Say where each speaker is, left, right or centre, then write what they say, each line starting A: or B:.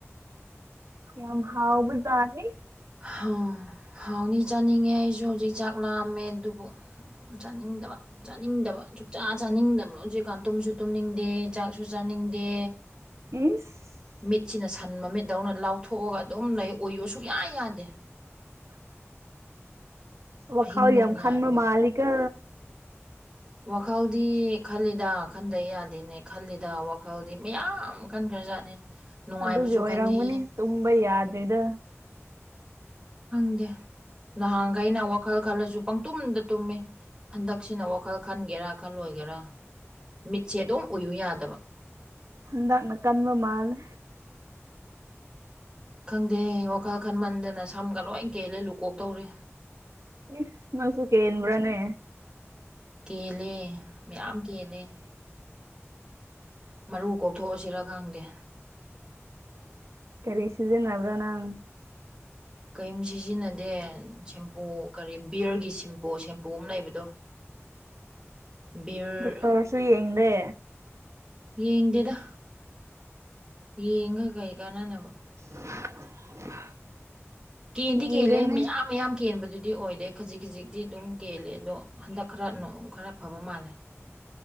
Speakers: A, on the right; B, on the right.
A: ꯌꯥꯝ ꯍꯥꯎꯕꯨꯖꯥꯅꯤ
B: ꯑꯥꯎ ꯍꯥꯎꯅꯤ ꯆꯥꯅꯤꯡꯉꯦ ꯑꯩꯁꯨ ꯍꯧꯖꯤꯛ ꯆꯥꯛ ꯂꯥꯝꯃꯦ ꯑꯗꯨꯕꯨ ꯆꯥꯅꯤꯡꯗꯕ ꯆꯥꯅꯤꯡꯗꯕ ꯁꯨꯛꯆꯥ ꯆꯥꯅꯤꯡꯗꯕ ꯍꯧꯖꯤꯛꯀꯥꯟ ꯇꯨꯝꯁꯨ ꯇꯨꯝꯅꯤꯡꯗꯦ ꯆꯥꯛꯁꯨ ꯆꯥꯅꯤꯡꯗꯦ
A: ꯏꯁ
B: ꯃꯤꯠꯁꯤꯅ ꯁꯟ ꯃꯃꯤꯠ ꯗꯧꯅ ꯂꯥꯎꯊꯣꯛꯑꯒ ꯑꯗꯨꯝ ꯂꯩ ꯎꯌꯣꯁꯨꯛ ꯌꯥ ꯌꯥꯗꯦ
A: ꯋꯥꯈꯜ
B: ꯑꯍꯤꯡ ꯅꯨꯡ
A: ꯌꯥꯝ ꯈꯥꯟꯕ
B: ꯌꯥꯏꯕꯕ
A: ꯃꯥꯜꯂꯤꯀꯣ
B: ꯋꯥꯈꯜꯗꯤ ꯈꯜꯂꯤꯗ ꯈꯟꯗ ꯌꯥꯗꯦꯅꯦ ꯈꯜꯂꯤꯗ ꯋꯥ ꯈꯜꯗꯤ ꯃꯌꯥꯝ ꯈꯟꯈ꯭ꯔꯖꯥꯠꯅꯤ ꯅꯨꯡꯉꯥꯏꯕꯁꯨ
A: ꯑꯗꯨꯒꯤ ꯑꯣꯏꯔꯝꯒꯅꯤ
B: ꯈꯜꯂꯤ
A: ꯇꯨꯝꯕ ꯌꯥꯗ꯭ꯔꯤꯗ
B: ꯈꯪꯗꯦ ꯅꯍꯥꯟꯈꯩꯅ ꯋꯥꯈꯜ ꯈꯜꯂꯁꯨ ꯄꯪꯇꯨꯝꯗ ꯇꯨꯝꯃꯤ ꯍꯟꯗꯛꯁꯤꯅ ꯋꯥꯈꯜ ꯈꯟꯒꯦꯔꯥ ꯈꯜꯂꯣꯏꯒꯦꯔꯥ ꯃꯤꯠꯁꯦ ꯑꯗꯨꯝ ꯎꯏꯌꯨ ꯌꯥꯗꯕ
A: ꯍꯟꯗꯛꯅ ꯀꯟꯕ ꯃꯥꯜꯂꯦ
B: ꯈꯪꯗꯦ ꯋꯥꯈꯜ ꯈꯟꯃꯟꯗꯅ ꯁꯝꯒ ꯂꯣꯏ ꯀꯦꯜꯂꯦ ꯂꯨꯀꯣꯛ ꯇꯧꯔꯦ
A: ꯏꯍ ꯅꯪꯁꯨꯨ ꯀꯦꯟꯕ꯭ꯔꯥꯅꯦ
B: ꯀꯦꯜꯂꯦ ꯃꯌꯥꯝ ꯀꯦꯜꯂꯦ ꯃꯔꯨ ꯀꯣꯛꯊꯣꯛꯑꯁꯤꯔ ꯈꯪꯗꯦ
A: ꯀꯔꯤꯁꯤꯗ ꯅꯕ꯭ꯔ ꯅꯪ
B: ꯀꯔꯤꯝ ꯁꯤꯖꯤꯟꯅꯗꯦ ꯁꯦꯝꯄꯨ ꯀꯔꯤ ꯕꯤꯌꯔꯒꯤ ꯁꯦꯝꯄꯨ ꯁꯦꯝꯄꯨ ꯑꯃ ꯂꯩꯕꯗꯣ <inaudible> ꯕꯤꯌꯔ
A: ꯗꯣꯛꯇꯔꯁꯨ ꯌꯦꯡꯗꯦ
B: ꯌꯦꯡꯗꯦꯗ ꯌꯦꯡꯒ ꯀꯩ ꯀꯥꯟꯅꯅꯕ
A: <inaudible>
B: ꯀꯦꯟꯗꯤ
A: ꯀꯤꯔꯦꯅꯦ
B: ꯀꯦꯜꯂꯤꯍꯦ ꯃꯌꯥꯝ ꯃꯌꯥꯝ ꯀꯦꯟꯕꯗꯨꯗꯤ ꯑꯣꯏꯔꯦ ꯈꯖꯤꯛ ꯈꯖꯤꯛꯇꯤ ꯑꯗꯨꯝ ꯀꯦꯜꯂꯦ ꯑꯗꯣ ꯍꯟꯗꯛ ꯈꯔ ꯈꯔ ꯐꯕ ꯃꯥꯜꯂꯦ